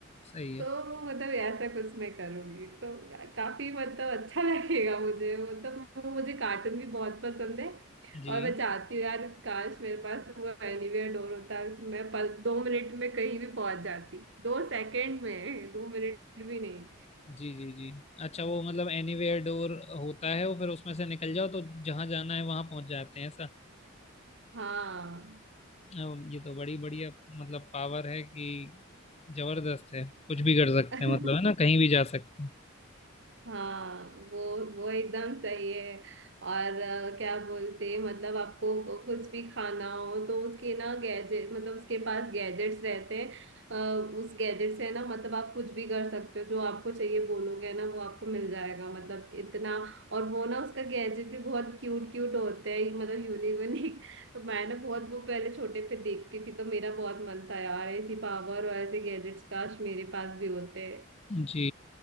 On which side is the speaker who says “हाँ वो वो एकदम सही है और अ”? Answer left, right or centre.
Right